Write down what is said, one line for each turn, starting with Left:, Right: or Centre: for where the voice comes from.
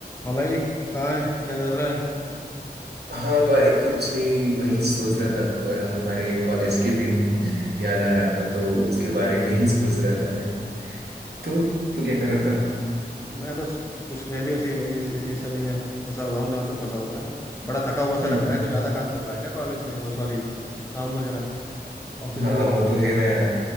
Left: हाँ भाई कहाँ है क्या कर रहा है
Right: हाँ भाई कुछ नहीं वही सोच रहा था क- हमारे कॉलेज के दिन <laughs> याद आ रहा था तो उसके बारे में ही सोच रहा था मैं तू तू क्या कर रहा था
Left: मैं तो स- कुछ मैं भी ऐसे ही भाई ऐसे ये सभी में फंसा हुआ हूँ जहाँ तू फंसा हुआ है बड़ा थका हुआ सा
Right: हम्म
Left: लग रहा
Right: हम्म
Left: है कोई ज्यादा काम कर रहा है क्या कॉलेज में ओ सॉरी काम वगैरह ऑफिस
Right: हाँ
Left: वगैरह
Right: वो तो
Left: में
Right: है ना यार